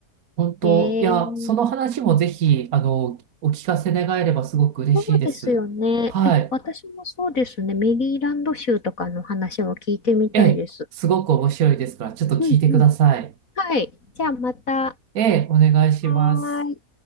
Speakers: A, on the right; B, on the left.
A: 本当、
B: ええ
A: いや、その話もぜひ、あの、お聞かせ願えればすごく嬉しいです。
B: そうですよね。
A: はい。
B: え、私もそうですね。メリーランド州とかの話も聞いてみたいです。
A: ええ、すごく面白いですから、ちょっと聞いてください。
B: うんうん。はい。じゃあまた。
A: ええ、お願いします。
B: はーい。